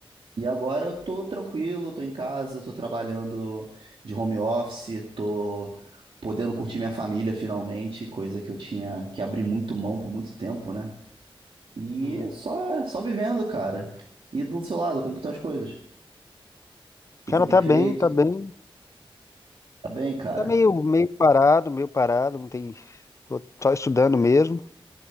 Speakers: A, on the right; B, on the left.
A: E agora eu tô tranquilo, tô em casa, tô trabalhando de home office, tô podendo curtir minha família finalmente, coisa que eu tinha que abrir muito mão por muito tempo, né? E
B: uhum.
A: só, só vivendo, cara. E do seu lado, como que estão as coisas? O que que
B: Cara,
A: você tem
B: tá
A: feito?
B: bem, tá bem.
A: Tá bem, cara?
B: Tá meio, meio parado, meio parado. Não tem... Tô só estudando mesmo.